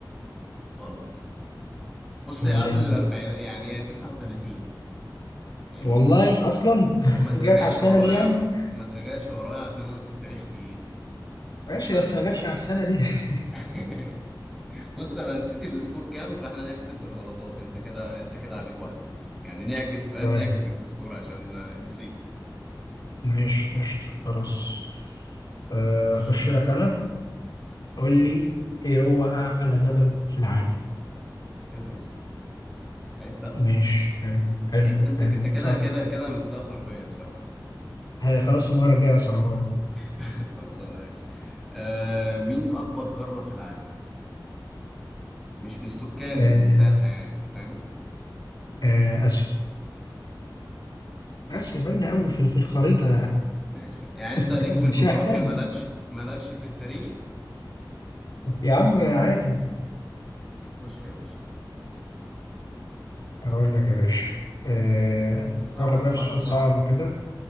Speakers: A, in the centre; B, on the left (about 55°).
A: غلط بص
B: أمال
A: هي قبل
B: إمتى؟
A: الاربعين يعني هي 39 فاهمني
B: والله أصلا
A: وما
B: <laughs>
A: تراجعش
B: جت على السنة
A: ورايا
B: دي يعني
A: ما تراجعش ورايا عشان انا في التاريخ تقيل
B: ماشي
A: اسمع
B: بس
A: مني
B: ما جاتش
A: بقى
B: على السنة دي <laughs>
A: <laughs> بص انا نسيت السكور كام فاحنا نحسب بالغلطات انت كده انت كده عليك واحدة يعني نعكس فاهم
B: طيب
A: نعكس السكور عشان آه، نسيت
B: ماشي قشطة خلاص آه،
A: خش
B: أخش
A: يا ريس
B: لك أنا
A: خش
B: قول
A: يا
B: لي
A: باشا
B: ايه هو اعلى جبل في العالم
A: ايفرست عيب بقى
B: ماشي حلو حلو
A: عيب انت
B: حلو
A: انت كده
B: صح
A: كده كده مستهتر بيا بصراحة
B: ها، خلاص المره الجايه صعبها
A: <laughs> خلصانة يا باشا آه مين اكبر قارة في العالم مش من السكان
B: آه
A: من المساحة يعني فاهم
B: آه اسيا
A: ماشي
B: اسيا باينه قوي في في الخريطه
A: ماشي يعني انت
B: <laughs>
A: ليك
B: مش
A: في الجغرافيا
B: محتاجه
A: مالكش مالكش في التاريخ
B: يا عم عادي
A: خش يا باشا
B: اقول لك يا باشا آه
A: صعب
B: افكر لك بقى في
A: بقى
B: سؤال
A: صعب
B: صعب كده